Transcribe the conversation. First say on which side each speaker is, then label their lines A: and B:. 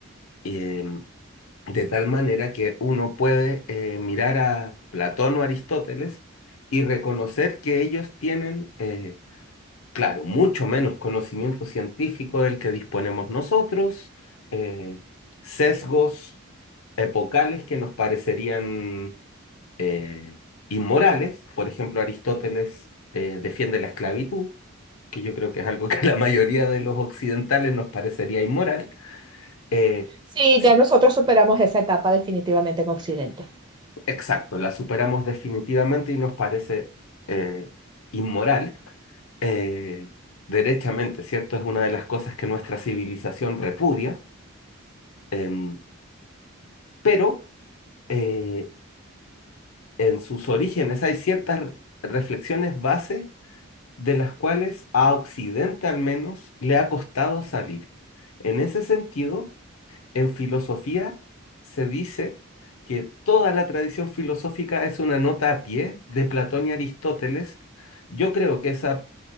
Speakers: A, on the left; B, on the right.
A: Em, de tal manera que uno puede eh, mirar a Platón o Aristóteles y reconocer que ellos tienen... eh, claro, mucho menos conocimiento científico del que disponemos nosotros, eh, sesgos epocales que nos parecerían eh, inmorales. Por ejemplo, Aristóteles eh, defiende la esclavitud, que yo creo que es algo <laughs> que a la mayoría de los occidentales nos parecería inmoral. Eh,
B: Sí,
A: sí,
B: ya nosotros superamos esa etapa definitivamente en Occidente.
A: exacto, la superamos definitivamente y nos parece eh, inmoral. eh, Derechamente, ¿cierto? Es una de las cosas que nuestra civilización repudia. Em, pero eh, en sus orígenes hay ciertas re- reflexiones base de las cuales a Occidente al menos le ha costado salir. En ese sentido, en filosofía se dice que toda la tradición filosófica es una nota a pie de Platón y Aristóteles. Yo creo que esa